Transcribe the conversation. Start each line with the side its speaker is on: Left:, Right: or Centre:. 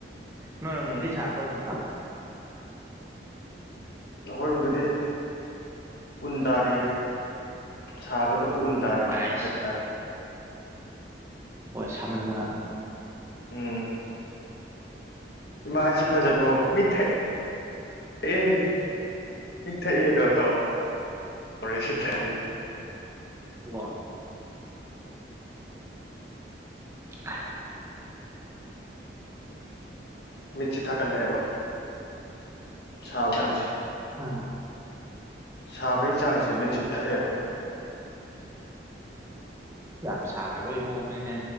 Right: ꯅꯣꯏꯔꯣꯝꯗꯗꯤ
Left: ꯎꯝ
Right: ꯁꯗ꯭ꯔꯣ ꯅꯨꯡꯁꯥ
Left: ꯑꯩꯈꯣꯏꯔꯣꯝꯗꯗꯤ ꯎꯟ ꯇꯥꯔꯤꯌꯦ ꯁꯥꯕꯅ__ ꯎꯟ ꯇꯥꯔꯦ
Right: ꯑꯥꯏꯁ
Left: ꯍꯥꯏ ꯍꯥꯏꯇꯥꯔꯦ
Right: ꯍꯣꯏ ꯁꯥꯃꯟꯗꯅ <inaudible>
Left: ꯎꯝ ꯏꯃꯥ ꯑꯩꯁꯤ ꯐꯖꯕ꯭ꯔꯣ ꯃꯤꯠ ꯊꯥꯛ ꯊꯥꯛꯑꯦ ꯃꯤꯠꯊꯛꯑꯦꯗꯣ ꯇꯧ ꯇꯧꯔꯦ ꯁꯤꯗꯥꯗꯤ
Right: ꯑꯣ ꯑ <inaudible>
Left: ꯃꯤꯠꯁꯤ ꯊꯥꯛꯀꯠꯂꯛꯑꯦꯕ ꯁꯥꯕꯀꯟꯁꯤ
Right: ꯑꯥ
Left: ꯁꯥꯕꯩ ꯆꯥꯡꯖꯦ ꯃꯤꯠꯁꯤ ꯊꯛꯑꯦꯕ
Right: ꯌꯥꯝ ꯁꯥꯒ꯭ꯔꯕꯩ ꯃꯑꯣꯡꯅꯤꯅꯦ